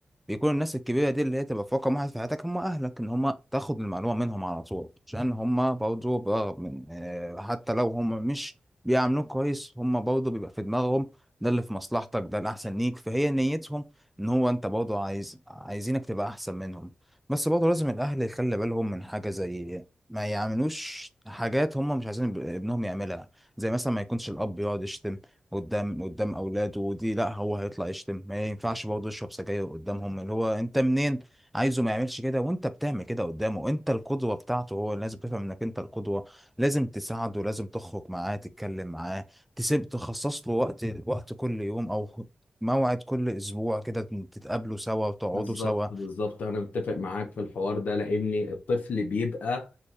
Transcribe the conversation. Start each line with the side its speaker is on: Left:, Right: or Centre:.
Centre: بيكون الناس الكبيرة دي اللي هي تبقى في رقم واحد في حياتك هم أهلك إن هم تاخد المعلومة منهم على طول عشان هم برضه برغم من آه، حتى لو هم مش بيعاملوك كويس هم برضه بيبقى في دماغهم ده اللي في مصلحتك ده الأحسن ليك فهي نيتهم إن هو أنت برضه عايز عايزينك تبقى أحسن منهم بس برضه لازم الأهل يخلي بالهم من حاجة زي ما يعملوش حاجات هم مش عايزين ابنهم يعملها زي مثلا ما يكونش الأب يقعد يشتم قدام قدام اولاده ودي لا هو هيطلع يشتم ما ينفعش برضه يشرب سجاير قدامهم اللي هو انت منين عايزه ما يعملش كده وانت بتعمل كده قدامه انت القدوه بتاعته هو لازم تفهم انك انت القدوه لازم تساعده لازم تخرج معاه تتكلم معاه تسيب تخصص له وقت وقت كل يوم او موعد كل اسبوع كده تتقابلوا سوا وتقعدوا
Left: بالظبط
Centre: سوا
Left: بالظبط انا متفق معاك في الحوار ده لان الطفل بيبقى